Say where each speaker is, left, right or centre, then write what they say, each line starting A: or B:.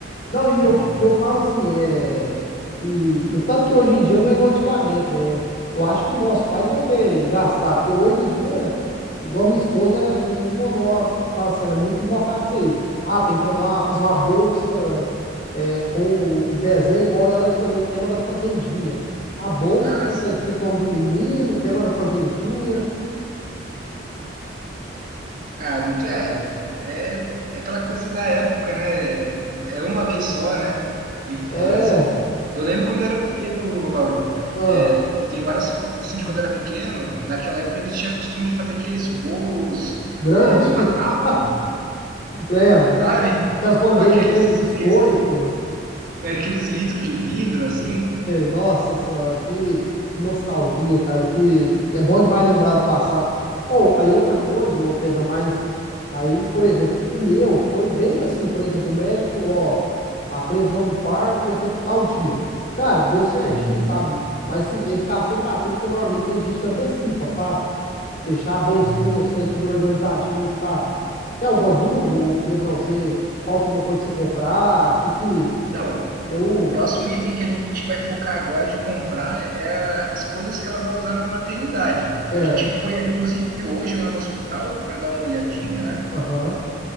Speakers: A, on the left (about 45°); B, on the right (about 50°).
A: Não,
B: <laughs>
A: e eu, e eu falo assim, é. E, e o tanto que hoje em dia não é igual antigamente, né? Eu acho que o nosso pai deve ter gastado, porque hoje em dia, igual minha esposa, ela é muito monó, fala assim, ela é muito invocada isso aí. Ah, tem que mandar uma- fazer uma bolsa é, com o desenho, igual ela escolheu o tema da Fazendinha. A bolsa
B: Ah,
A: tem
B: sim.
A: que estar escrito o nome do menino, o tema da Fazendinha.
B: Ah, muito é, é, é aquela coisa da época, né? É, é uma vez só, né? Infância.
A: É,
B: Eu lembro quando eu era pequeno, Lauro.
A: ah,
B: é, eu tenho várias fotos assim de quando eu era pequeno. Naquela época ainda tinha costume de fazer aqueles bolos
A: grande,
B: é, numa tábua,
A: <laughs> lembro.
B: sabe?
A: Aquelas bandejas
B: Com aqueles,
A: cheias de biscoito.
B: aqueles, né, aqueles litros de vidro assim.
A: Nossa senhora, que, que nostalgia, cara, que é bom demais lembrar do passado. Ou aí outra coisa, ô Pedrão, mas aí, por exemplo, o meu foi bem assim, por exemplo, o médico falou, ó, a previsão do parto vai ser pro tal dia. Cara, deu certinho,
B: Uhum.
A: sabe? Mas sim, tem que ficar sempre atento, porque normalmente tem gente que antecipa, sabe? Deixar a bolsinha,
B: Uhum.
A: os trem tudo organizadinho, sabe? Tem alguma dúvida, ô Pedrão? Você falta alguma coisa pra você comprar? Que que
B: Então,
A: eu,
B: o, o próximo item que a gente vai focar agora de comprar é as coisas que ela vai usar na maternidade.
A: certo?
B: E a gente foi, inclusive, hoje lá no hospital para dar uma olhadinha, né?
A: Aham.